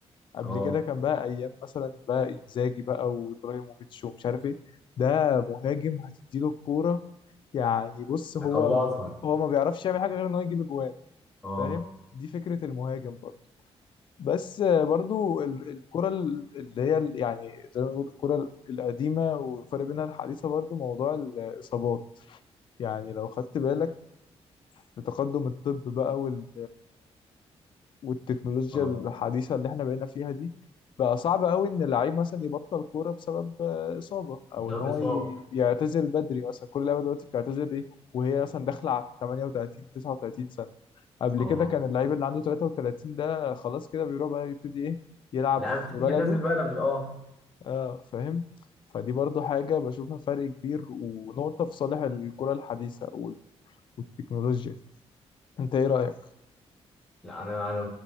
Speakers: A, on the left (about 45°); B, in the centre.
A: قبل
B: اه
A: كده كان بقى ايام مثلا بقى انزاجي بقى وابراهيموفيتش ومش عارف ايه ده مهاجم هتديله الكوره يعني بص هو
B: هخلصها
A: هو ما بيعرفش يعمل حاجه غير ان هو يجيب اجوان
B: اه
A: فاهم دي فكره المهاجم برضه بس آه، برضه ال- الكره ال- اللي هي ال- يعني زي ما بنقول الكره القديمه والفرق بينها الحديثه برضه موضوع الاصابات يعني لو خدت بالك في تقدم الطب بقى وال والتكنولوجيا
B: اه
A: الحديثة اللي احنا بقينا فيها دي بقى صعب قوي ان اللعيب مثلا يبطل كورة بسبب آه، إصابة او
B: بسبب
A: ان هو
B: إصابة
A: ي- يعتزل بدري مثلا كل لعيبة دلوقتي بتعتزل ايه وهي مثلا داخلة على 38 39 سنة قبل
B: اه
A: كده كان اللعيب اللي عنده 33 ده خلاص كده بيروح بقى يبتدي ايه يلعب
B: لا
A: في
B: بتعتزل
A: بلده
B: بدني اه
A: اه فاهم فدي برضو حاجة بشوفها فرق كبير ونقطة في صالح الكرة الحديثة وال- والتكنولوجيا انت ايه رأيك؟
B: لا انا انا